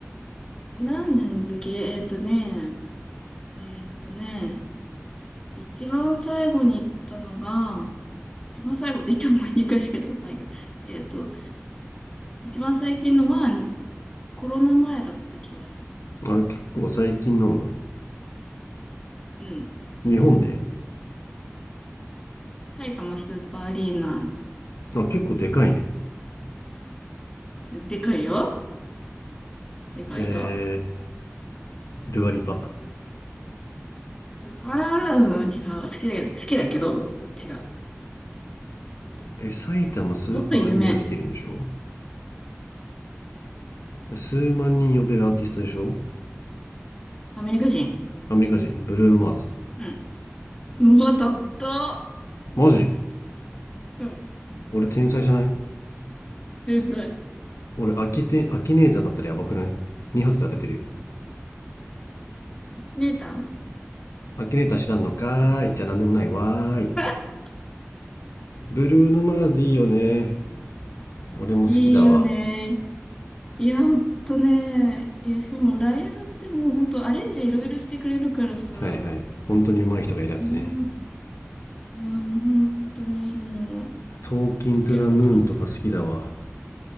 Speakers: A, on the left; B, on the left.
A: 何年の時えーっとね、えーっとね、一番最後に行ったのが、一番最後って言っても2回しか行ったことないけど、えーっと、一番最近のはコロナ前だった気がする。
B: あれ結構最近なんだ
A: うん。
B: 日本で
A: 埼玉スーパーアリーナ、
B: あ結構でかいね
A: でかいよ。でかいよ。
B: えー、ドゥアリパ
A: ああ、うん、違う。好きだけど、好きだけど、違う。
B: え埼玉スーパーアリーナでできるんでしょ
A: もっと有名。
B: 数万人呼べるアーティストでしょ
A: アメリカ人。
B: アメリカ人ブルーノ・マーズ
A: うん。うまたった。
B: マジ
A: うん。
B: 俺天才じゃない
A: 天才。
B: 俺アキテアキネーターだったらやばくない ?2 発で当ててるよ
A: アキネーター
B: アキネーター知らんのかーいじゃあ何でもないわーい
A: <laughs>
B: ブルーノ・マーズいいよね俺も好きだわ
A: いいよね。いや、ほんとね。いや、しかもライブってもうほんとアレンジいろいろしてくれるからさ。
B: はいはい本当に上手い人がいるやつね
A: うん。いや、もうほんとにもう
B: 「トーキン・
A: 解けるかと思った。
B: トゥ・ザ・ムーン」とか好きだわ